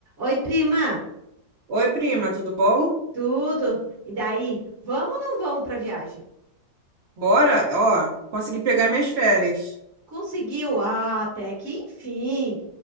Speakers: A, on the right; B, on the right.
A: Oi, prima,
B: Oi, prima, tudo bom?
A: tudo? E daí? Vamos ou não vamos para viagem?
B: Bora, ó, consegui pegar minhas férias.
A: Conseguiu? Ah, até que enfim.